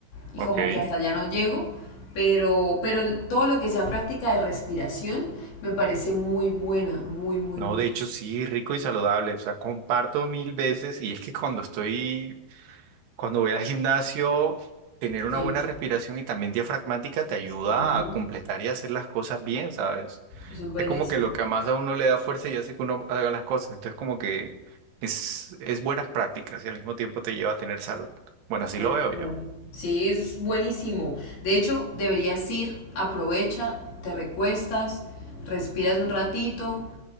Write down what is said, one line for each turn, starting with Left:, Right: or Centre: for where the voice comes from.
Left: y
Right: ok.
Left: como que hasta ya no llego, pero, pero todo lo que sea práctica de respiración me parece muy buena, muy, muy,
Right: No,
Left: muy.
Right: de hecho sí, rico y saludable. O sea, comparto mil veces. Y es que cuando estoy, cuando voy al gimnasio, tener una
Left: Sí,
Right: buena respiración y también diafragmática te ayuda
Left: claro.
Right: a completar y hacer las cosas bien, ¿sabes?
Left: Eso es buenísimo,
Right: Es como que lo que más a uno le da fuerza y hace que uno haga las cosas. Entonces, como que es, es buenas prácticas y al mismo tiempo te lleva a tener salud. Bueno, así
Left: tal
Right: lo veo
Left: cual.
Right: yo.
Left: Sí, eso es buenísimo. De hecho, deberías ir, aprovecha, te recuestas, respiras un ratito